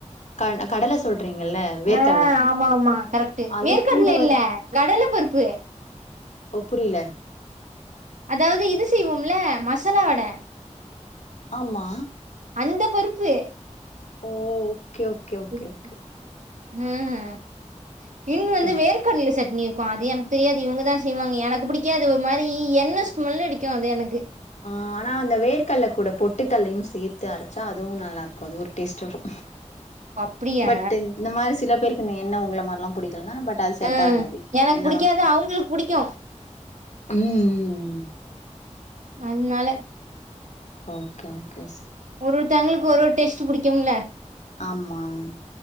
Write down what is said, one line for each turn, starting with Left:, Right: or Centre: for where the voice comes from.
Left: கட கடல சொல்றீங்கல்ல வேர்க்கல்ல
Right: ஆ ஆமா ஆமா கரெக்ட்டு
Left: அது
Right: வேர்க் கடல
Left: கூட வந்
Right: இல்ல கடலப்பருப்பு
Left: ஓப் புரியல
Right: அதாவது இது செய்வோம்ல மசாலா வட
Left: ஆமா
Right: அந்த பருப்பு
Left: ஓ ஓகே ஓகே ஓகே
Right: ம்
Left: ஓகே
Right: ம் இன்னு வந்து
Left: எஸ்
Right: வேர்க்கடல சட்டினி இருக்கு அதே எனக் தெரியாது இவுங்கதா செய்வாங்க எனக்கு புடிக்காது ஒரு மாரி எண்ண ஸ்மல் அடிக்கு அது எனக்கு
Left: ஆ ஆனா அந்த வேர்கல்ல கூட பொட்டுக்கல்லையு சேத்து அரச் சா அதுவு நல்லா இருக்கு அது ஒரு டேஸ்ட்டு
Right: அப்படியா
Left: பட் இந்த மாரி சில பேருக் இந்த எண்ண உங்கள மார்லா புடிக்கலேன்னா பட் அது செட்
Right: ம்
Left: ஆகாது
Right: எனக்கு
Left: எண்ணெ
Right: புடிக்காது
Left: வாசன
Right: அவுங்களுக்கு புடிக்கு
Left: ம் ம் ம்
Right: அன் நால
Left: ஓகே ஓகே ஸ்
Right: ஒரு ஒருத்தங்களுக்கு ஒரு ஒரு டேஸ்ட் புடிக்கும்ல
Left: ஆம்மாம்